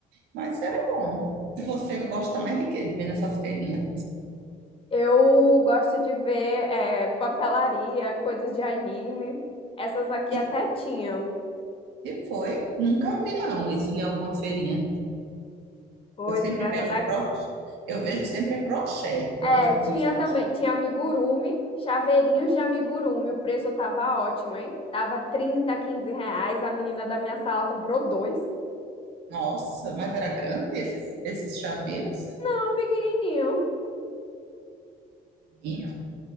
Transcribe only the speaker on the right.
mas era bom. E você gosta mais de quê de ver nessas feirinhas?
E,
e foi, nunca vi não isso em alguma feirinha.
Eu sempre
vejo
crochê, eu vejo sempre crochê, eu
gosto
de ver os crochê.
Nossa, mas era grande esses, esses chaveiros?
Tinha.